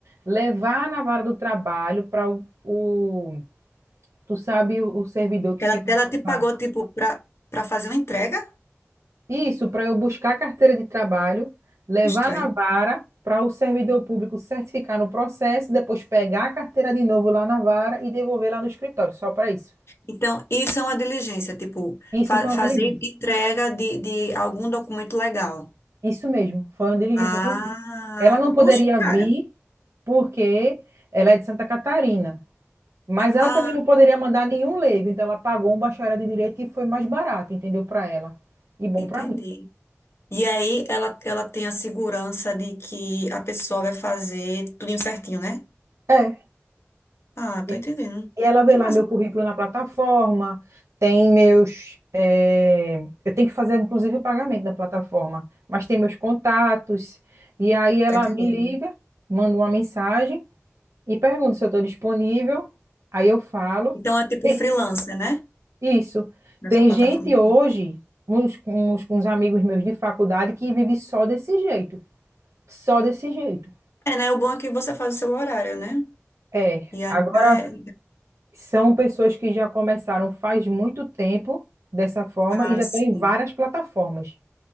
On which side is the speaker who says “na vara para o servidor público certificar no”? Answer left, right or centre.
Right